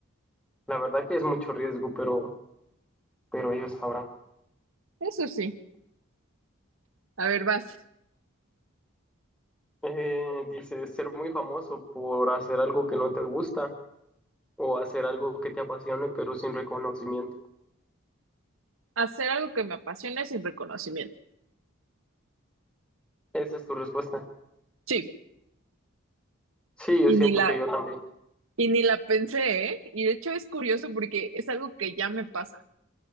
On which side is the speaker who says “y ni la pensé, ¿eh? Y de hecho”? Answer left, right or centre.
Right